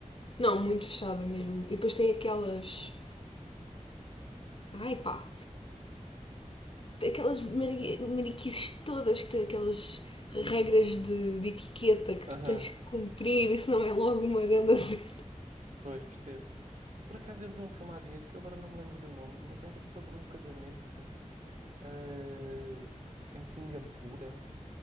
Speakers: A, on the left; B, on the right.
A: Não, muito
B: Ui.
A: fechada mesmo. E depois tem aquelas. Ai pá! Aquelas mari- mariquices todas, que tem aquelas regras de, de etiqueta que
B: Aham,
A: tu tens que cumprir, isso não é logo uma grande cena.
B: Pois, percebo. Por acaso eu vi um filme há dias que eu agora não me lembro do nome, mas era sobre um casamento. eh, em Singapura,